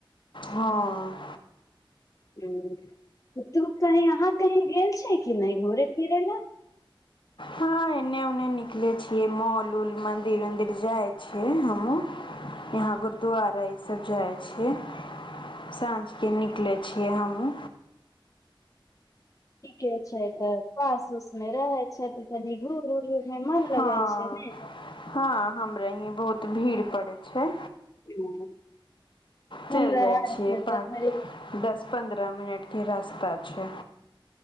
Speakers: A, on the left; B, on the left.
A: हँ
B: हूँ तू कहीं अहाँ कहीं गेल छै कि नहि घूरय फिरै ले
A: हँ एने ने निकले छियै मॉल उल मंदिर उदिर जाइ छियै हमहु यहाँ गुरुद्वारा ईसभ जाइ छी साँझकेँ निकलै छियै हमहूँ
B: ठीके छै तऽ फास उस मे रहे छै तऽ कनि घूर उर मे मन
A: हँ
B: लगे छै ने
A: हँ हमरा इी बहुत भीड़ पड़े छै
B: हँ
A: चलि
B: हमरा
A: जाइ
B: आर
A: छियै
B: के
A: पाँच
B: तऽ बड़ी
A: दस पन्द्रह मिनट के रास्ता छै